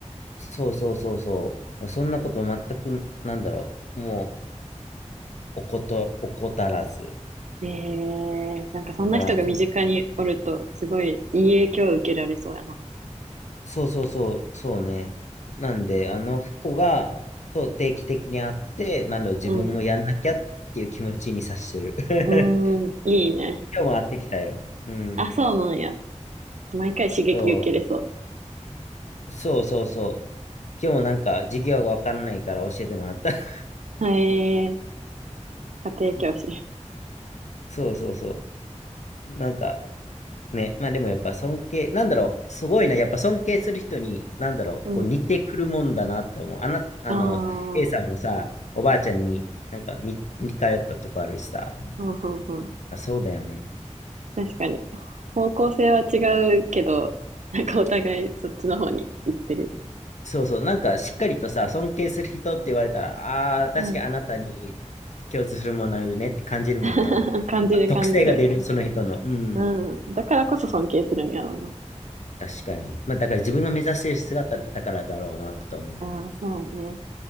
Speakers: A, on the left; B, on the right.
A: そうそうそうそう。そんなこと全く、なんだろう。もう、おこと、怠らず。
B: ええなんかそんな人が身近におると、
A: だから、そ、
B: すごいいい影響を受けられそうやな。
A: そうそうそう、そうね。なんで、あの子が、と定期的に会って、なんだろう、自分もやんなきゃっていう気持ちにさしてる。
B: うん。
A: <laughs>
B: うーん。いいね。
A: 今日も会ってきたよ。うん。
B: あ、そうなんや。毎回刺激受けれそ
A: そう、そうそうそう。今日もなんか、授業がわかんないから教えてもらった。<laughs>
B: う。へえ、家庭教師。
A: そうそうそう。なんか、ね、まあでもやっぱ尊敬、なんだろう、すごいな、やっぱ尊敬する人に、なんだろう、
B: うん。
A: こう似てくるもんだなと思う。あな、あの、
B: ああ、
A: A さんもさ、おばあちゃんになんか似似通ったとこあるしさ、
B: うん、うん、うん。
A: あそうだよね。
B: 確かに。方向性は違うけど、なんかお互いそっちの方に行ってるよね。
A: そうそう、なんかしっかりとさ、尊敬する人って言われたら、ああ、確かにあなたに
B: うん。
A: 共通するものあるねって感じるもんな。
B: <laughs>
A: なんか特性が出る、
B: 感じる感じる。
A: その人の。うん、
B: うん。だからこそ尊敬するんやろうな。
A: 確かに。まあだから自分が目指している姿だからだろうなと思う。
B: ああ、そうね。